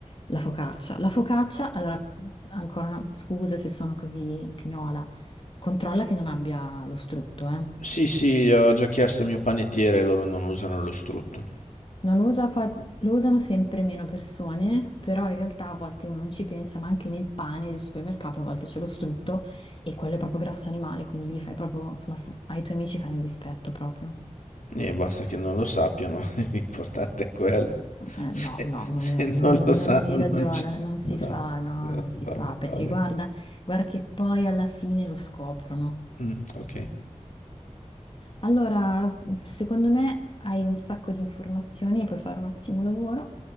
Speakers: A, on the left (about 45°); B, on the left (about 85°).
A: la focaccia. La focaccia, allora, ancora una scusa se sono così pignola, controlla che non abbia lo strutto, eh.
B: Sì, sì, ho già chiesto al mio panettiere, loro non usano lo strutto.
A: No, lo usa qua- lo usano sempre meno persone, però in realtà a volte uno non ci pensa, ma anche nel pane del supermercato a volte c'è lo strutto e quello è proprio grasso animale, quindi gli fai proprio, insomma, f- ai tuoi amici fai un dispetto proprio.
B: E basta che non lo sappiano, <laughs> l'importante è quello.
A: Eh,
B: Se,
A: no, no, no,
B: se
A: no, no,
B: non
A: no,
B: lo sanno
A: non si ragiona,
B: non ci...
A: non si
B: No,
A: fa, no,
B: va
A: non si
B: va
A: fa,
B: bene,
A: perché
B: va bene.
A: guarda, guarda che poi alla fine lo scoprono.
B: Mm, ok.
A: Allora, secondo me hai un sacco di informazioni e puoi fare un ottimo lavoro.